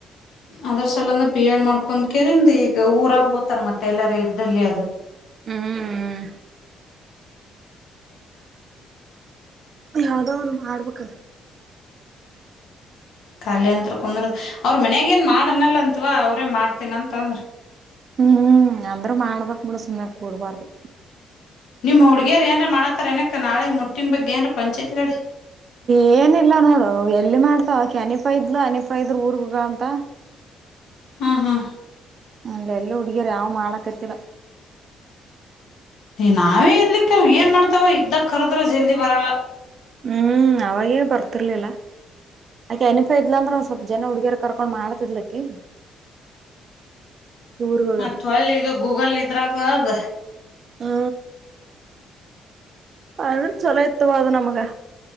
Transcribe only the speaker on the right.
ಹ್ಮ್ ಹ್ಮ್ ಯಾವ್ದೋ ಒಂದು ಮಾಡ್ಬೇಕು ಅಲ
ಹ್ಮ್ ಅಂದ್ರೂ ಮಾಡ್ಬಕ್ ಬಿಡ ಸುಮ್ಕ್ ಕೂಡ್ಬಾರ್ದು
ಏನಿಲ್ಲ ನೋಡು ಎಲ್ಲಿ ಮಾಡ್ತಾವಕೆ ಅನಪ ಇದ್ಲು ಅನಿಪ ಇದ್ರು ಊರ್ಗ ಅಂತ
ಹಲ್ಲ ಎಲ್ಲ ಉಡಗಾರೆ ಯಾವ ಮಾಡಕತಿಲ
ಹ್ಮ್ ಅವಾಗೇ ಬರ್ತಿರ್ಲಿಲ್ಲ ಅಕೆ ಎನಫ ಇದ್ಲಾ ಅಂದ್ರೆ ಒ ಸ್ವಲ್ಪ ಜನ ಹುಡುಗಿಯರ್ ಕರ್ಕೊಂಡ್ ಮಾಡ್ತಿದ್ಲಕ್ಕಿ ಊರ್ಗ ಹೋಗ
ಹ್ಮ ಅ ಚೊಲ ಎತ್ತುುವ ಅದು ನಮಗೆ